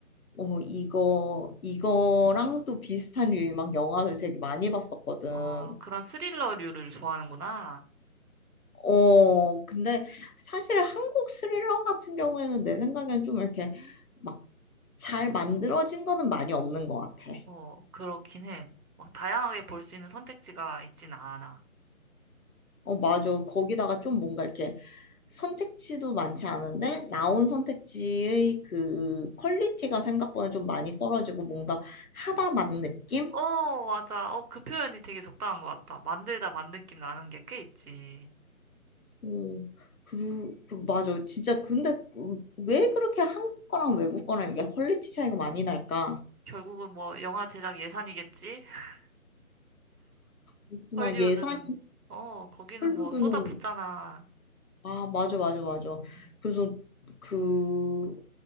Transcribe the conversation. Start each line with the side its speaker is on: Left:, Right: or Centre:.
Left: 어 이거 이거랑 또 비슷한 류의 막 영화들 되게 많이 봤었거든
Right: 어, 그런 스릴러류를 좋아하는구나.
Left: 어 근데 사실 한국 스릴러 같은 경우에는 내 생각엔 좀 이렇게 막 잘 만들어진 거는 많이 없는 것 같아
Right: 어, 그렇긴 해. 막 다양하게 볼 수 있는 선택지가 있진 않아.
Left: 어, 맞아. 거기다가 좀 뭔가 이렇게 선택지도 많지 않은데 나온 선택지의 그 퀄리티가 생각보다 좀 많이 떨어지고 뭔가 하다 만 느낌?
Right: 어, 맞아. 어, 그 표현이 되게 적당한 것 같다. 만들다 만 느낌 나는 게 꽤 있지.
Left: 어, 그, 그, 맞아. 진짜 근데 그왜 그렇게 한국 거랑 외국 거랑 이게 퀄리티 차이가 많이 날까?
Right: 결국은 뭐 영화 제작 예산이겠지? <laughs>
Left: 그렇구나.
Right: 헐리우드는
Left: 예산이
Right: 어, 거기는
Left: 헐리우드는
Right: 뭐 쏟아붓잖아.
Left: 아 맞아 맞아 맞아
Right: 음,
Left: 그래서 그